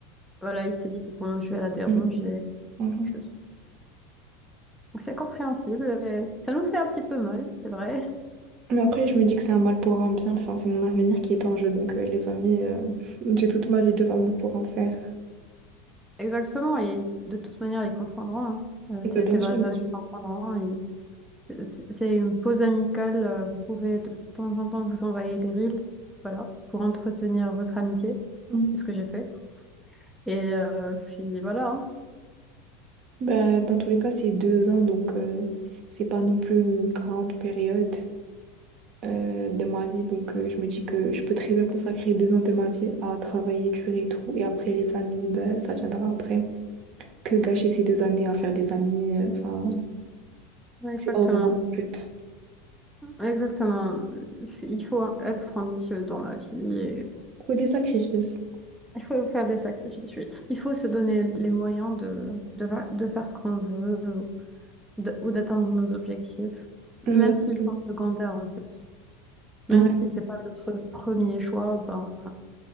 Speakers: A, in the centre; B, on the right.
A: Voilà, ils se disent, bon, je vais la déranger,
B: Mm. Mhm.
A: quelque chose. Donc, c'est compréhensible. et ça nous fait un petit peu mal, c'est vrai.
B: Mais après, je me dis que c'est un mal pour un bien. Enfin, c'est mon avenir qui est en jeu. Donc, euh, les amis, euh, <laughs> j'ai toute ma vie devant moi pour en faire.
A: Exactement, et de toute manière, ils comprendront. hein. Euh, tes,
B: De bien
A: tes
B: sûr,
A: vrais
B: bien
A: amis
B: sûr.
A: comprendront. hein, et C'est c'est une pause amicale. euh, Vous pouvez de temps en temps vous envoyer des reels, voilà, pour entretenir votre amitié.
B: Mhm.
A: C'est ce que j'ai fait. Et euh, puis voilà. hein.
B: Bah, dans tous les cas, c'est deux ans. Donc, euh, c'est pas non plus une grande période euh, de ma vie. Donc, euh, je me dis que je peux très bien consacrer deux ans de ma vie à travailler dur et tout. Et après, les amis, bah, ça viendra après. que gâcher ces deux années à faire des amis. euh, Enfin,
A: Exactement.
B: c'est pas vraiment le but.
A: Exactement. Il faut être ambitieux dans la vie. et
B: Faut des sacrifices.
A: il faut faire des sacrifices, oui. Il faut se donner les moyens de, de, fa- de faire ce qu'on veut euh, ou d'- ou d'atteindre nos objectifs, même
B: Exactement.
A: s'ils sont secondaires, en fait. Même
B: Ouais,
A: si c'est pas notre premier choix, ben,